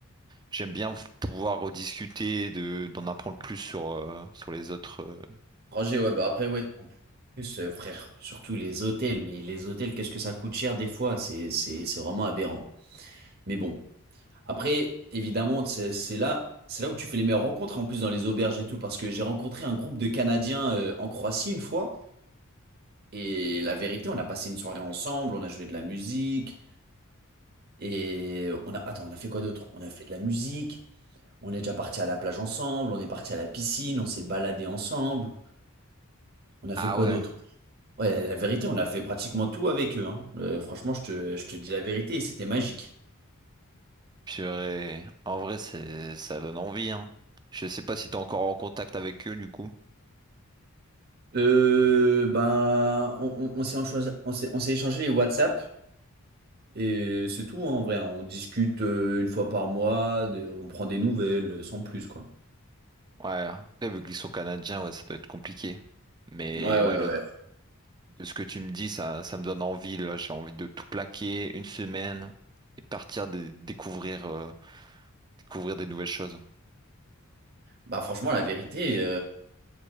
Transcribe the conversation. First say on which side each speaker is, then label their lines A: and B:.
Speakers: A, on the right; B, on the right.
A: J'aime bien pouvoir rediscuter, de, d'en apprendre plus sur, euh, sur les autres. euh.
B: Roger, ouais, bah après ouais, en plus euh, frère, Surtout les hôtels, mais les hôtels, qu'est-ce que ça coûte cher des fois? C'est, c'est, c'est vraiment aberrant. Mais bon, après, évidemment, c'est c'est là, c'est là où tu fais les meilleures rencontres, en plus dans les auberges et tout, parce que j'ai rencontré un groupe de Canadiens euh, en Croatie une fois, et la vérité, on a passé une soirée ensemble, on a joué de la musique, Et on a, attends, on a fait quoi d'autre? On a fait de la musique, on est déjà parti à la plage ensemble, on est parti à la piscine, on s'est baladé ensemble. On a
A: Ah
B: fait quoi
A: ouais,
B: d'autre? Ouais, la vérité, on a fait pratiquement tout avec eux, hein. Euh, franchement, je te, je te dis la vérité, et c'était magique.
A: purée. En vrai, c'est, ça donne envie, hein. Je sais pas si t'es encore en contact avec eux, du coup.
B: Euh, ben, on, on- on s'est enchoi- on s'est- on s'est échangé les WhatsApp et c'est tout, hein, en vrai. hein. On discute euh, une fois par mois, des- on prend des nouvelles, sans plus, quoi.
A: Ouais, après, vu qu'ils sont canadiens, ouais, ça doit être compliqué. Mais
B: Ouais, ouais,
A: ouais, le-
B: ouais.
A: de ce que tu me dis, ça, ça me donne envie, là. J'ai envie de tout plaquer une semaine et partir de- découvrir, euh, découvrir des nouvelles choses.
B: Bah franchement, la vérité,